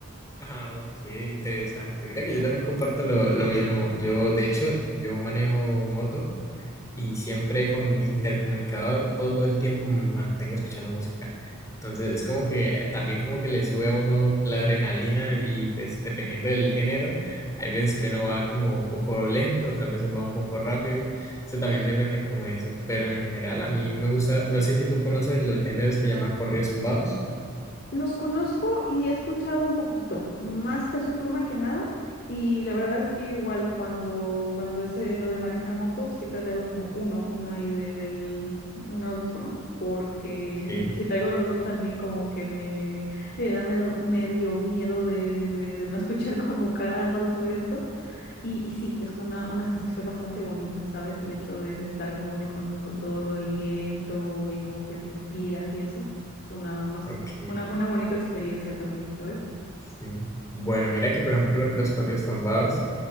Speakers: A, on the left; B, on the left.
A: Ah, ok, interesante. Mira que yo también comparto lo, lo mismo. Yo, de hecho, yo manejo moto y siempre con mi intercomunicador todo el tiempo me mantengo escuchando música. Entonces es como que eh, también como que le sube a uno la adrenalina y pues dependiendo del género, hay veces que uno va como un poco lento, otras veces va un poco rápido. Eso también depende como de eso, pero en general a mí me gusta, no sé si tú conoces los géneros que llama corridos tumbados.
B: Los conozco y he escuchado un poquito, más Peso Pluma que nada. Y la verdad es que yo igual cuando, cuando es eh, lo de manejar moto, siempre traigo como uno, uno ahí de, del, un audífono, porque
A: Ok,
B: si, si traigo los dos también como que me, me da medio, medio miedo de, de, de no <laughs> escuchar como carros o esto. Y, y sí, es como una, una sensación bastante bonita, ¿sabes? El hecho de, de estar como de con, con todo lo del viento y como que te inspiras y eso. Es una, no sé,
A: ok.
B: una, una bonita experiencia también, ¿sabes?
A: Sí. Bueno, mira que por ejemplo los corridos tumbados,